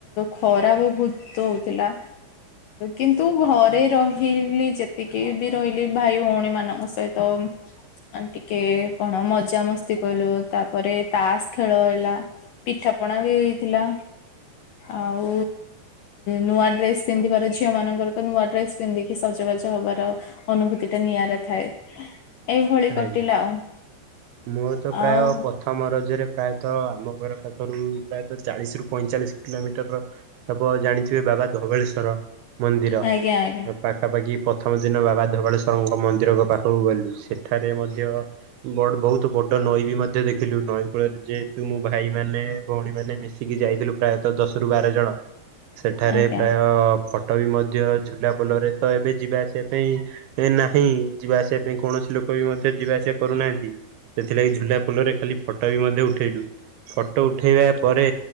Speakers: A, on the left; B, on the right.
A: ଖରା ବହୁତ୍ ହଉଥିଲା କିନ୍ତୁ ଘରେ ରହିଲି ଯେତିକି ବି ରହିଲି ଭାଇ ଭଉଣୀ ମାନଙ୍କ ସହିତ ଆଣ୍ଟି କେ କଣ ମଜା ମସ୍ତି କଲୁ ତାପରେ ତାସ ଖେଳ ହେଲା ପିଠା ପଣା ବି ଦେଇଥିଲା। ଆଉ ନୂଆ ଡ୍ରେସ ପିନ୍ଧିବାର ଝିଅ ମାନଙ୍କର ତ ନୂଆ ଡ୍ରେସ ପିନ୍ଧିକି ଜବାଜ ହବାର ଅନୁଭୂତି ଟା ନିଆରା ଥାଏ ଏଇଭଳି କଟିଲା
B: ଆଜ୍ଞା।
A: ଆଉ।
B: ମୋର ତ
A: ଆଉ
B: ପ୍ରାୟ ପ୍ରଥମର ରଜ ପ୍ରାୟତଃ ଆମ ଘର ପାଖରୁ ପ୍ରାୟତଃ ଚାଳିଶ ରୁ ପଇଁଚାଳିଶ କିଲୋମିଟର ହବ ଜାଣି ବାବା ଧବଳେଶ୍ଵର ମନ୍ଦିର
A: ଆଜ୍ଞା ଆଜ୍ଞା
B: ପାଖାପାଖି ପ୍ରଥମ ଦିନ ବାବା ଧବାଳେଶ୍ୱରଙ୍କ ମନ୍ଦିର ପାଖକୁ ଗଲୁ ସେ ଏଠାରେ ମଧ୍ୟ ବ ବହୁତ ବଡ ନଈ ବି ମଧ୍ୟ ଦେଖିଲୁ ନଈ କୂଳରେ ଯେହେତୁ ମୋ ଭାଇମାନେ ନେ ଭଉଣୀ ମାନେ ମିଶିକି ଯାଇଥିଲୁ ପ୍ରାୟତଃ ଦଶ ର ବାର ଜଣ ସେଠାରେ
A: ଆଜ୍ଞା
B: ପ୍ରାୟଟ ଟ ବି ମଧ୍ୟ ଝୁଲା ପୋଲରେ ତ ଏବେ ଯିବା ଆସିବା ପାଇଁ ଏ ନାହିଁ ଯିବା ଆସିବା ପାଇଁ କୌଣସି ଲୋକ ମଧ୍ୟ ଯିବା ଆସିବା କରୁନାହାନ୍ତି ସେଥିଲାଗି ଝୁଲା ପୁଲରେ ଖାଲି ଫଟୋ ବି ମଧ୍ୟ ଉଠେଇଛୁ ଫଟୋ ଉଠେଇବା ପରେ